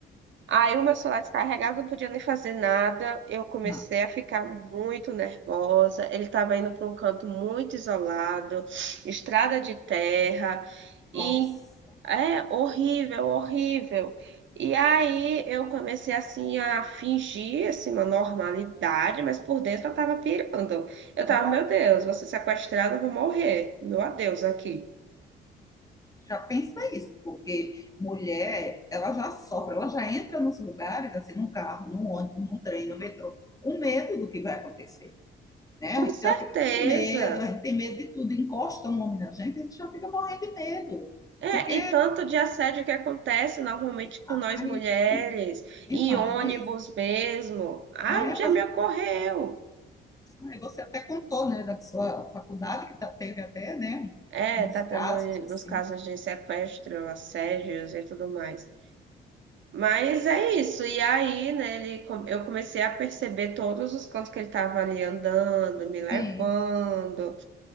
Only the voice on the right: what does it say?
Aí o meu celular descarregado, não podia nem fazer nada. Eu comecei
a ficar muito nervosa. Ele estava indo para um canto muito isolado, estrada de terra,
e é horrível, horrível. E aí eu comecei assim a fingir assim, uma normalidade, mas por dentro eu estava pirando. Eu
tava, meu Deus, vou ser sequestrada, eu vou morrer. Meu adeus aqui.
Com
certeza.
É,
e tanto de assédio que acontece normalmente com
nós mulheres,
em ônibus mesmo. Ah,
já
me ocorreu.
É,
tá tendo
nos casos de sequestro, assédios e tudo mais. Mas é isso. E aí, né, ele, com- eu comecei a perceber todos os cantos que ele tava ali andando, me levando,